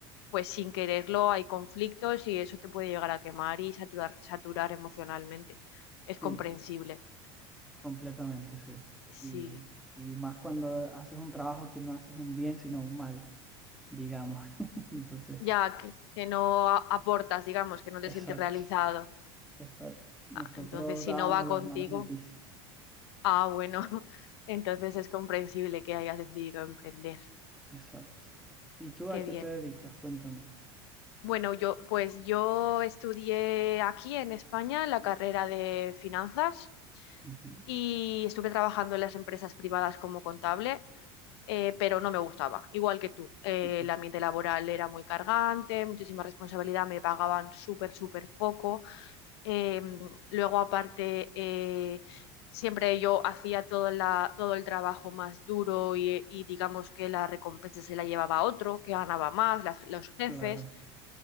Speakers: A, on the left; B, in the centre.
A: pues sin quererlo hay conflictos y eso te puede llegar a quemar y saturar, saturar emocionalmente. Es
B: Sí.
A: comprensible.
B: Completamente, sí.
A: Sí,
B: Y, eh, y más cuando haces un trabajo que no haces un bien, sino un mal, digamos. <laughs> Entonces,
A: ya que, que no a- aportas, digamos, que no te
B: exacto,
A: sientes realizado.
B: exacto. Nosotros
A: Ah, entonces, si
B: dábamos
A: no va
B: las
A: contigo,
B: malas noticias.
A: ah, bueno, <laughs> entonces es comprensible que hayas decidido emprender.
B: Exacto. ¿Y tú
A: Qué
B: a qué
A: bien.
B: te dedicas? Cuéntame.
A: Bueno, yo pues yo estudié aquí en España la carrera de finanzas
B: Ujú.
A: y estuve trabajando en las empresas privadas como contable, eh, pero no me gustaba, igual que tú. Eh,
B: Listo.
A: el ambiente laboral era muy cargante, muchísima responsabilidad, me pagaban súper, súper poco. Eh, luego aparte... eh, Siempre yo hacía todo, la, todo el trabajo más duro y, y digamos que la recompensa se la llevaba otro, que ganaba más, las- los jefes.
B: Claro.